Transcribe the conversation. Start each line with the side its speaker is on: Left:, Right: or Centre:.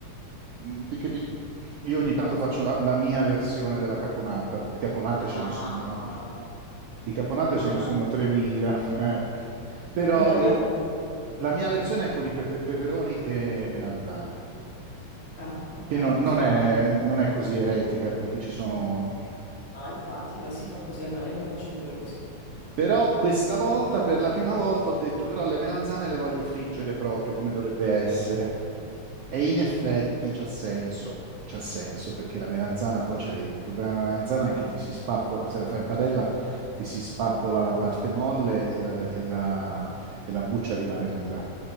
Right: mm, perché mi- io ogni tanto faccio la, la mia versione della caponata. Di caponate ce
Left: Ah,
Right: ne sono, di caponate
Left: che meraviglia.
Right: ce ne sono 3.000, eh. Però
Left: Qual è
Right: io
Left: la...
Right: la mia versione è con i pepe- peperoni e melanzane,
Left: Ah, ok,
Right: che non, non
Left: di solito.
Right: è, non è così eretica perché ci sono...
Left: Ah, infatti, la si fa così, almeno io la faccio pure così.
Right: Però questa volta, per la prima volta, ho detto però le melanzane le voglio friggere proprio come dovrebbe essere. E in
Left: Mhm.
Right: effetti c'ha senso, c'ha senso perché la melanzana poi c'è il problema della melanzana è che ti si spappola, se la fai in padella ti si spappola la parte molle e la, e la- e la buccia rimane dura.